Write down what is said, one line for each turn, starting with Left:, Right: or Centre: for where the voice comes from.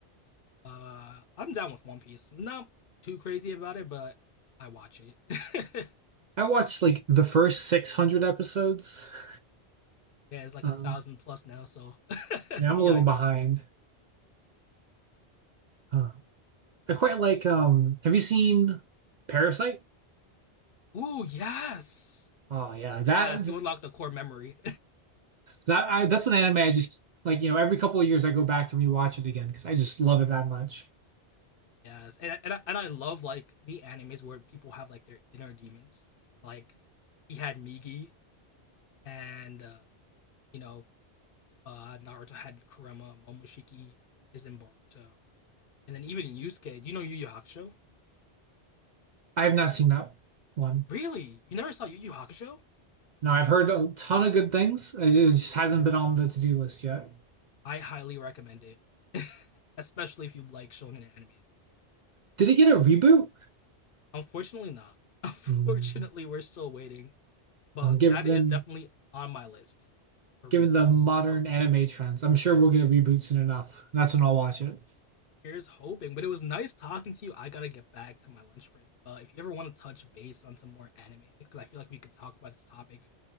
Left: Uh, I'm down with One Piece. Not too crazy about it, but I watch it. <laughs>
Right: I watched like the first 600 episodes. <laughs>
Left: yeah, it's like
Right: Um,
Left: a thousand plus now. So, <laughs> yikes.
Right: yeah, I'm a little behind. Uh, I quite like um have you seen Parasite?
Left: Ooh, yes,
Right: Oh yeah, that
Left: yes. You unlock the core memory.
Right: that I that's an anime I just like, you know, every couple of years I go back and rewatch it again because I just love it that much.
Left: <laughs> yes, and and I, and I love like the animes where people have like their inner demons. Like he had Migi, and uh, you know uh, Naruto had Kurama, Momoshiki is in Boruto, and then even in Yusuke. Do you know Yu Yu Hakusho?
Right: I have not seen that one.
Left: Really? You never saw Yu Yu Hakusho?
Right: No, I've heard a ton of good things. It ju- it just hasn't been on the to-do list yet.
Left: I highly recommend it, <laughs> especially if you like shonen anime.
Right: Did it get a reboot?
Left: Unfortunately, not. <laughs> Unfortunately,
Right: Hmm.
Left: we're still waiting, but
Right: Uh, given
Left: that is definitely on my list for
Right: given
Left: reboots.
Right: the modern
Left: Hope.
Right: anime trends, I'm sure we'll get a reboot soon enough. That's when I'll watch it.
Left: Here's hoping, but it was nice talking to you. I gotta get back to my lunch break. Uh, if you ever want to touch base on some more anime, because I feel like we could talk about this topic